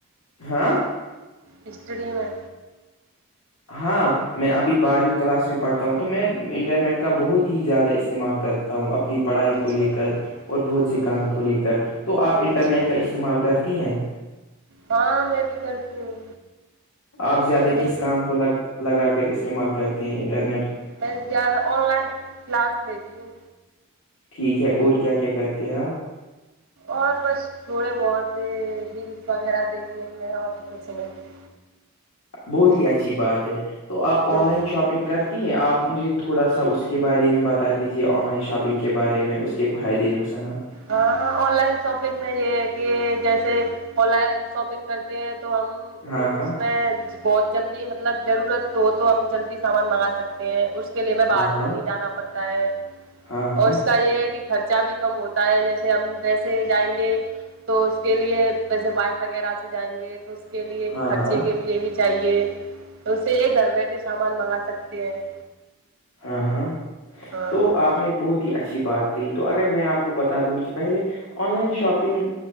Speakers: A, on the left; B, on the right.
A: ہاں
B: ہسٹریی میں
A: ہاں میں ابھی بارہویں کلاس میں پڑھتا ہوں تو میں انٹرنیٹ کا بہت ہی زیادہ استعمال کرتا ہوں تا ہوں اپنی پڑھائی
B: اچھا
A: کو لے کر اور بہت سے
B: ہوں
A: کاموں کو لے کر تو آپ انٹرنیٹ
B: اچھا
A: کا استعمال کرتی ہیں
B: ہاں میں بھی کرتی ہوں
A: آپ زیادہ
B: اور میری
A: کس کام کو لگ لگا کر استعمال کرتے ہیں انٹرنیٹ
B: میں زیادہ آن لائن کلاس لیتی ہوں
A: ٹھیک ہے اور کیا کیا کرتے ہیں آپ
B: اور بس تھوڑے بہت ہیلس وغیرہ دیکھنے میں اور کچھ نہیں
A: بہت ہی اچھی بات ہے تو آپ
B: ہوں
A: آن لائن شاپنگ کرتے تی ہے آپ مجھے تھوڑا سا اس کے بارے میں بتا دیجیے آن لائن شاپنگ کے بارے میں اس کے فائدے نقصانات
B: ہاں آن لائن شاپنگ میں یہ ہے کہ جیسے آن لائن شاپنگ کرتے ہیں تو ہم
A: ہاں ہاں
B: اس میں بہت جلدی مطلب ضرورت ہو تو ہم جلدی سامان منگا سکتے ہیں اس اس کے لیے میں
A: ہاں
B: باہر
A: ہاں
B: بھی نہیں جانا پڑتا ہے
A: ہاں ہاں
B: اور اس کا یہ ہے کہ خرچہ بھی کم ہوتا جیسے ہم ویسے جائیں گے تو اس کے لیے ویسے بائک وغیرہ سے جائیں گے تو اس کے لیے
A: ہاں
B: خرچے
A: ہاں
B: کے لیے بھی چاہیے تو اسے ایک گھر بیٹھے سامان منگا سکتے ہیں
A: ہاں ہاں
B: ہاں
A: تو آپ نے بہت ہی اچھی بات گئی تو اگر میں آپ کو بتا دوں کہ پہلے آن لائن شاپنگ